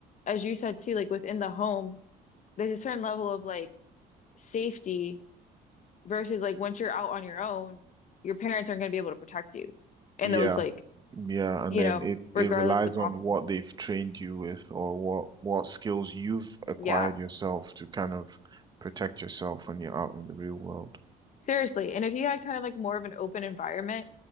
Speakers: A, on the left; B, on the right.
A: as you said too, like within the home, there's a certain level of like safety versus like once you're out on your own, your parents aren't going to be able to protect you in
B: yeah,
A: those like,
B: yeah, and
A: you
B: then
A: know,
B: it
A: regardless
B: it relies
A: of the consequences.
B: on what they've trained you with or what what skills you've acquired
A: Yeah.
B: yourself to kind of protect yourself when you're out in the real world.
A: Seriously. And if you had kind of like more of an open environment